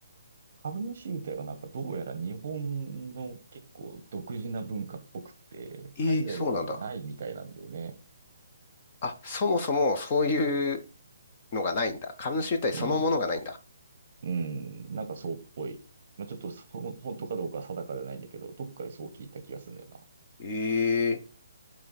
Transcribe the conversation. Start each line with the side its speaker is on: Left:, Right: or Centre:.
Right: 株主優待はなんかどうやら日本の結構独自な文化っぽくて、
Left: えーそうなんだ。
Right: 海外のはないみたいなんだよね。
Left: あ、そもそもそういうのがないんだ。株主優待そのものがないんだ。
Right: うん。うん。なんかそうっぽい。まあ、ちょっとそほん本当かどうかは定かではないんだけど、どっかでそう聞いた気がするんだよな。
Left: え